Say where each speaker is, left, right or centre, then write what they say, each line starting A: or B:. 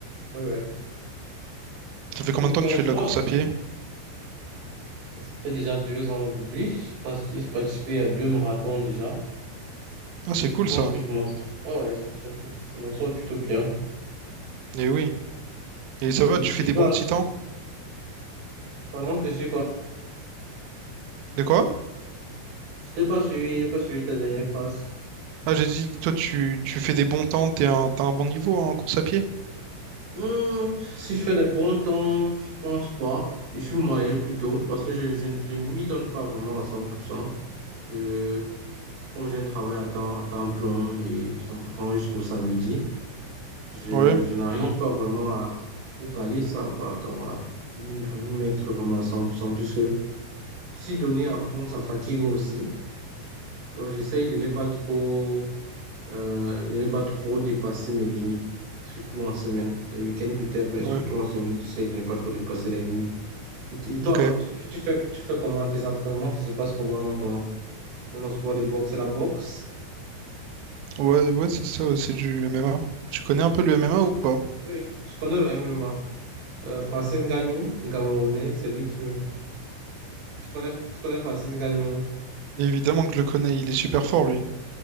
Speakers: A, on the right (about 65°); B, on the right (about 85°).
A: Ouais, ouais.
B: Ça fait combien
A: Et
B: de
A: mais
B: temps que tu
A: le
B: fais
A: sport,
B: de la course à pied?
A: ça fait déjà deux ans aujourd'hui. J'ai parti- j'ai participé à deux marathons déjà.
B: Ah
A: Et
B: c'est
A: je
B: cool
A: pense
B: ça.
A: que je m'en sors. ouais, ouais, c'est très cool. Je m'en sors plutôt bien.
B: Et oui. Et ça
A: Et,
B: va, tu
A: et,
B: fais
A: et
B: des
A: toi,
B: bons petits temps?
A: pardon, je te suis pas.
B: De quoi?
A: Je t'ai pas suivi, j'ai pas suivi ta dernière phrase.
B: Ah, j'ai dit, toi, tu, tu fais des bons temps, t'es un, t'as un bon niveau hein, en course à pied?
A: Hmm, si je fais des bons temps, je pense pas. Je suis moyen plutôt, parce que je, je, je ne m'y donne pas vraiment à 100%. Euh, comme j'ai un travail à temps, à temps plein et ça me prend jusqu'au samedi, je,
B: Ouais,
A: je n'arrive pas vraiment à caler ça, quoi, dans- à m'y à m'y mettre vraiment à 100%, puisque si donner à fond, ça fatigue aussi. Donc j'essaye de ne pas trop Euh, de ne pas trop dépassé mes limites, surtout en semaine. Les week-ends peut-être, mais surtout
B: ouais,
A: en semaine, j'essaie de ne pas trop dépasser les limites. Et, et toi,
B: ok.
A: alors, tu, tu fais, tu fais comment tes entraînements? Ça se passe comment dans ton, dans ton sport de boxe? C'est la boxe?
B: Ouais, ouais, c'est ça, ouais, c'est du MMA. Tu connais un peu le MMA ou pas?
A: Oui, je je connais le MMA. Euh, Francis Ngannou, un Camerounais, c'est lui qui me... Tu connais, tu connais Francis Ngannou?
B: Évidemment que je le connais, il est super fort, lui.